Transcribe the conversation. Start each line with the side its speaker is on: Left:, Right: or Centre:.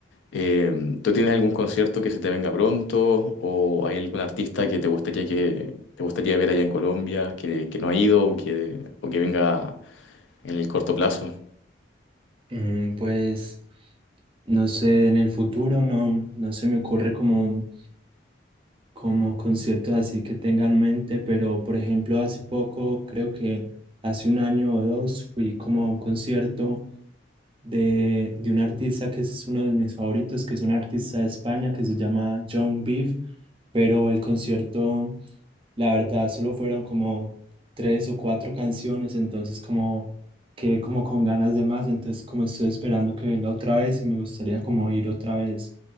Left: Eh, ¿tú tienes algún concierto que se te venga pronto o hay algún artista que te gustaría que te gustaría ver allá en Colombia que, que no ha ido o que, o que venga en el corto plazo?
Right: Mm, pues no sé, en el futuro no, no se me ocurre como, como conciertos así que tenga en mente, pero por ejemplo hace poco, creo que hace un año o dos, fui como a un concierto de, de un artista que es uno de mis favoritos, que es un artista de España que se llama John Beef, pero el concierto la verdad, solo fueron como tres o cuatro canciones, entonces como quedé como con ganas de más, entonces como estoy esperando que venga otra vez y me gustaría como ir otra vez